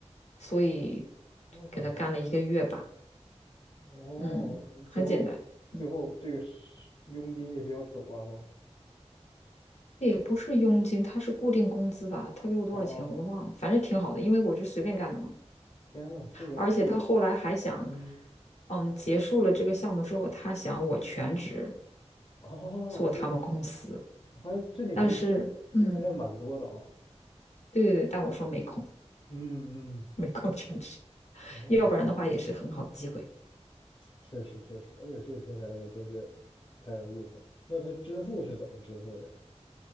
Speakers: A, on the left; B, on the left.
A: 所以
B: 我天，
A: 给他干了一个月吧。
B: 哦，
A: 嗯，很简单。
B: 最后最后这个是佣金也比较可观喽。
A: 嗯，也不是佣金，他是固定工资吧？他给我多少钱我都忘了，
B: 哦哦，
A: 反正挺好的，因为我就随便干的嘛。
B: 天呐，这个这个，
A: 而且他后来还想，
B: 嗯，
A: 嗯，结束了这个项目之后，他想我全职
B: 哦，
A: 做他们公司，
B: 哎呦我天，我发现这里面机会机会还蛮多的啊。
A: 但是，嗯，对对对，但我说没空，
B: 嗯嗯，
A: 没空全职，
B: 哦，
A: 要不然的话也是很好的机会。
B: 确实确实，哎呦，这个平台可真是太有意思了。那它支付是怎么支付的呀？